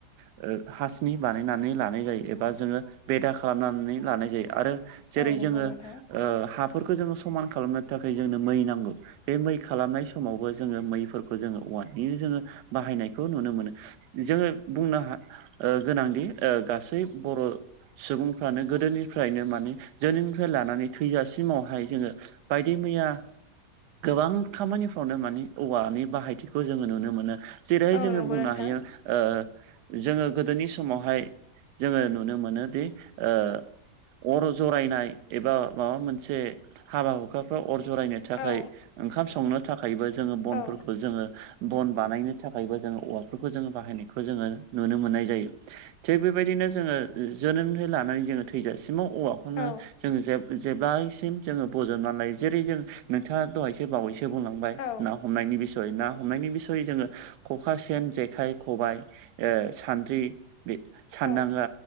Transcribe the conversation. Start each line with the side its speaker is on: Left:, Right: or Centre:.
Right: ओ हासनि बानायनानै लानाय जायो एबा जोंङो बेदा खालामनानै लानाय जायो आरो जेरै
Left: औ नंगौ
Right: जोंङो
Left: नोंथां
Right: ओ हाफोरखौ जोंङो समान खालामनो थाखाय जोंनो मै नांगौ। बे मै खालामनाय समावबो जोंङो मैफोरखौ जोंङो औवानिनो जोंङो बाहायनायखौ नुनो मोनो। जोंङो बुंनो हा ओ गोनांदि ओ गासै बर' सुबुंफ्रानो गोदोनिफ्रायनो माने जोनोमनिफ्राय लानानै थैजासिमावहाय जोंङो बायदि मैया गोबां खामानिफ्रावनो माने औवानि बाहायथिखौ जोंङो नुनो मोनो। जेरैहाय
Left: औ
Right: जोंङो
Left: नंगौ
Right: बुंनो
Left: नोंथां
Right: हायो ओ जोङो गोदोनि समावहाय जोङो नुनो मोनोदि ओ अर जरायनाय एबा माबा मोनसे हाबा हुखा फ्राव अर जरायनो थाखाय
Left: औ
Right: ओंखाम संनो थाखायबो जोंङो बनफोरखौ
Left: औ
Right: जोंङो बन बानायनो थाखायबो जोंङो औवाफोरखौ जोंङो बाहायनायखौ जोंङो नुनो मोननाय जायो। थिग बेबायदिनो जोंङो जोनोमनिफ्राय लानानै जोंङो थैजासिमाव औवाखौनो
Left: औ
Right: जोंङो जेब जेब्लायसिम जोंङो बजबनानैलायो जेरै जों नोंथांङा दहायसो बावैसो बुंलांबाय
Left: औ
Right: नाव हमनायनि बिसय ना हमनायनि बिसयै जोङो खखा, सेन, जेखाइ, खबाय ओ सान्द्रि बे सान्दांगा
Left: औ